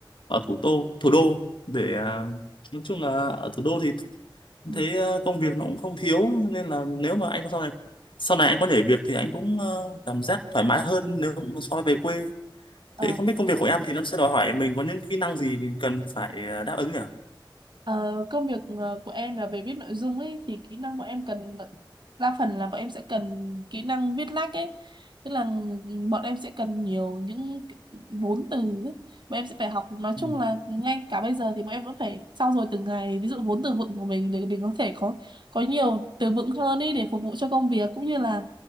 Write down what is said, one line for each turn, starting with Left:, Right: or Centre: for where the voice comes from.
Left: ở thủ đô thủ đô để ờ, nói chung là ở thủ đô thì
Right: Ừ.
Left: thấy ờ, công việc nó cũng không thiếu nên là nếu mà anh sau này sau này anh có nhảy việc thì anh cũng ờ, cảm giác thoải mái hơn nếu mà so với về quê
Right: Ừ.
Left: thế không biết công việc của em thì nó sẽ đòi hỏi mình có những kỹ năng gì cần phải ờ, đáp ứng nhỉ
Right: Ờ, công việc ờ, của em là về viết nội dung ấy thì kỹ năng bọn em cần đa phần là bọn em sẽ cần kỹ năng viết lách ấy tức là bọn em sẽ cần nhiều những cái vốn từ ấy. bọn em sẽ phải học nói
Left: ừ
Right: chung là ngay cả bây giờ thì bọn em vẫn phải trau dồi từng ngày ví dụ vốn từ vựng của mình để mình có thể có có nhiều từ vựng hơn ấy để phục vụ cho công việc cũng như là